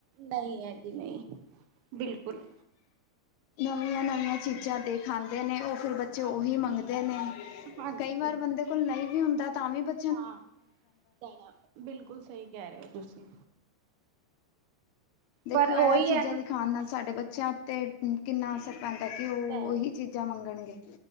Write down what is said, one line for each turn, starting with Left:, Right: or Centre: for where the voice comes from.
Right: ਨਈ ਹੈਗੀ ਨਈ ਬਿਲਕੁਲ
Left: ਨਵੀਆਂ-ਨਵੀਆਂ ਚੀਜਾਂ ਦੇਖ ਆਂਦੇ ਨੇ ਓ ਫੇਰ ਬੱਚੇ
Right: ਹਾਂ,
Left: ਓਹੀ ਮੰਗਦੇ ਨੇ,
Right: ਹਾਂਜੀ
Left: ਕਈ ਵਾਰ ਬੰਦੇ ਕੋਲ ਨਈ ਵੀ ਹੁੰਦਾ ਤਾਂ ਵੀ ਬੱ
Right: ਹਾਂ ਭੈਣਾਂ, ਬਿਲਕੁਲ ਸਈ ਕੈ ਰੇ ਓ ਤੁਸੀ।
Left: ਦੇਖੋ
Right: ਪਰ
Left: ਐ
Right: ਉਹੀ
Left: ਚੀਜਾਂ
Right: ਹੈ ਨਾ
Left: ਦੀਖਾਨ ਨਾਲ ਸਾਡੇ ਬੱਚੇਆਂ ਉੱਤੇ, ਕਿੰਨਾ ਅਸਰ ਪੈਂਦਾ ਕਿ ਓ
Right: ਪੈਰ
Left: ਓਹੀ ਚੀਜਾ ਮੰਗਣਗੇ